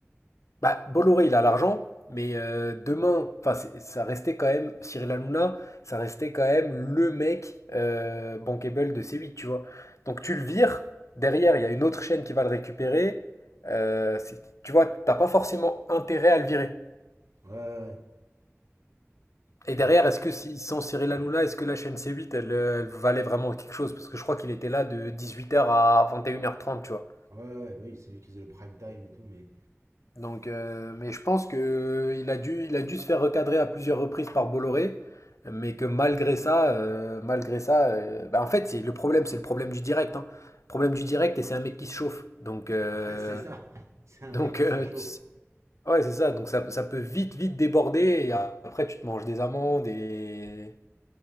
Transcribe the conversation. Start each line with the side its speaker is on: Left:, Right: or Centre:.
Left: Bah, Bolloré, il a l'argent, mais euh, demain, enfin, c'est- ça restait quand même Cyril Hanouna, ça restait quand même le mec euh, bankable de C8, tu vois. Donc tu le vires, derrière, il y a une autre chaîne qui va le récupérer. euh, c'est- tu vois, t'as pas forcément intérêt à le virer.
Right: Ouais, ouais,
Left: Et derrière,
Right: ouais.
Left: est-ce que si, sans Cyril Hanouna, est-ce que la chaîne C8, elle, euh, elle valait vraiment quelque chose? Parce que je crois qu'il était là de 18h à 21h30, tu vois.
Right: Ouais, ouais, bah oui, c'est lui qui faisait le prime time et tout, mais.
Left: Donc, euh, mais je pense que il a dû, il a dû se faire recadrer à plusieurs reprises par Bolloré, mais que malgré ça, euh, malgré ça, euh, bah, en fait, c'est le problème, c'est le problème du direct, hein. Problème du direct et c'est un mec qui se chauffe. Donc, euh,
Right: <laughs> Ouais, c'est ça. C'est un
Left: donc,
Right: mec qui
Left: euh,
Right: se chauffe.
Left: <laughs> ouais, c'est ça. Donc ça, ça peut vite, vite déborder et après tu te manges des amendes et